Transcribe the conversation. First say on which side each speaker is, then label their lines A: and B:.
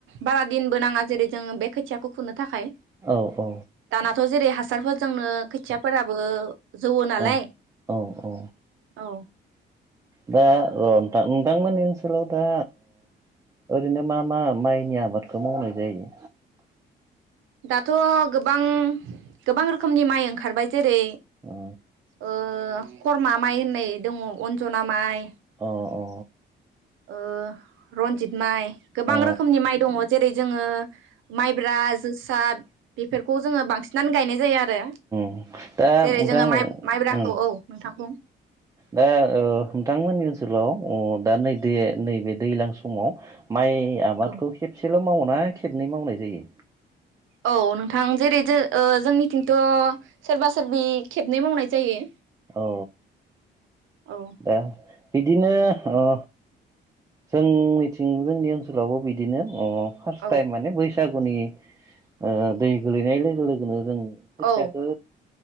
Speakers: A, on the right; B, on the right.
A: बारा दिनबो नाङा जेरै जोङो बे खोथियाखौ खुनो। थाखाय
B: औ औ
A: दानाथ' जेरै हासार हासारफोर जोंनो खोथियाफोराबो जौवो नालाय
B: औ औ औ
A: औ।
B: दा अ नोंथां- नोंथांमोननि ओनसोलाव दा ओरैनो मा-मा माइनि आबादखौ मावनाय जायो?
A: दाथ' गोबां गोबां रोखोमनि माइ ओंखारबाय। जेरै
B: अ
A: ओ खरमा माइ होननाय दङ अन्जना माइ
B: अ, अ।
A: ओ रन्जित माइ गोबां
B: अ
A: रोखोमनि माइ दङ जेरै जोङो माइब्रा, जोसा <unintelligible> बेफोरखौ जोङो बांसिनानो गायनाय जाया आरो
B: ओ दा
A: जेरै
B: नोंथां
A: जोङो माइ माइब्राखौ
B: ओ
A: औ नोंथां बुं
B: दा नोंथांमोननि ओनसोलाव दा नै नैबे दैज्लां समाव माइ आबादखौ
A: औ
B: खेबसेल' मावो ना खेबनै मावनाय जायो?
A: औ नोंथां जेरै ज -जोंनिथिंथ सोरबा सोरबि खेबनै मावनाय जायो।
B: औ
A: औ
B: दा बिदि बिनो अ जों मिथिं जोंनि ओनसोलावबो बिदिनो उम फास
A: औ
B: थायम माने बैसाग गुनि ओ दै गोलैनाय लोगो लोगोनो जों खोथियाखौ
A: औ